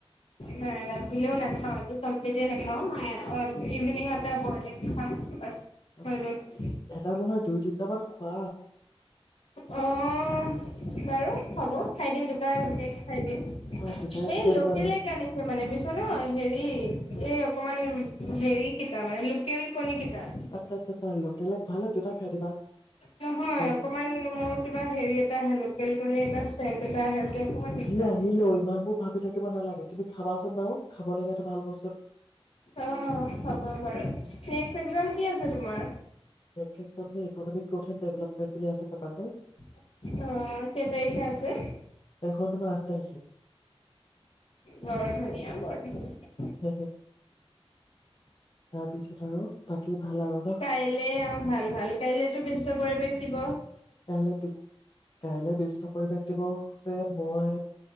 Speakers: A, on the left (about 70°); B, on the left (about 45°).
A: নাই ৰাতিলেও নেখাওঁ আজি কমপ্লিটে নেখাওঁ। <unintelligible> ইভিনিং এটা বইলে এগ দি খাম বচ।
B: আচ্ছা
A: হৈ
B: আচ্ছা
A: গৈছে।
B: এটা নহয় দুই তিনটামান খোৱা
A: অহ বাৰু- হ'ব। খাই দিম দুটা খাই দিম।
B: অ তেতিয়াই
A: এই
B: খাই
A: লোকেল
B: দিবা ধৰি
A: এগ আনিছে মানে বুজিছা নে হেৰি এ অকমান হেৰি কেইটা মানে, লোকেল কণী কি অ'
B: আচ্ছা আচ্ছা আচ্ছা লোকেল এক ভাল হয় দুটা খাই দিবা
A: নহয়,
B: তাৰপিছত
A: অকনমান মোৰ কিবা হেৰি এটা হে লোকেল কণী এটা- চেণ্ট এটা আহে- তেল অকনমান দি
B: যি আহিলেও ইমানবোৰ ভাবি থাকিব নালাগে, তুমি খাবা চোন বাৰু। খাবলগীয়া এটা ভাল বস্তু
A: অ', হ'ব বাৰু <inaudible> এক্সাম কি আছে তোমাৰ?
B: নেক্সট এক্সাম যে ইকোনমিক গ্ৰথ এণ্ড ডেভেলপমেণ্ট বুলি আছে পেপাৰখন।
A: অ', কেই তাৰিখে আছে?
B: এখন তোমাৰ আাঠ তাৰিখে।
A: বৰ ধুনীয়া, বৰ ধুনীয়া।
B: তাৰ পিছ ত আৰু বাকী ভাল আৰু ন
A: কাইলে অ' ভাল, ভাল কাইলেতো বিশ্ব পৰিৱেশ- দিব
B: কাইলে বি, কাইলেও বিশ্ব পৰিৱেশ দিৱস যে মই